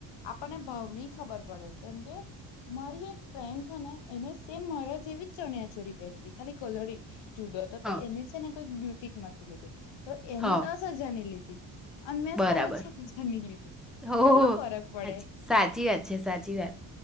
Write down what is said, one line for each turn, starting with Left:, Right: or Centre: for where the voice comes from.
Left: આપણને ભાવ ની ખબર પડે, કેમ કે મારી એક ફ્રેન્ડ છે ને, એને સેમ મારા જેવી જ ચણિયા ચોરી પહેરી હતી ખાલી કલર જુદો હતો
Centre: હ
Left: તો એની છે ને બ્યુટિકમાંથી લીધી તો એને
Centre: હ
Left: દસ હજાર ની લીધી અન મેં
Centre: બરાબર
Left: સાડા છ હજારની લીધી,
Centre: હો
Left: કેટલો
Centre: હો,
Left: ફરક પડે
Centre: સાચી વાત છે, સાચી વાત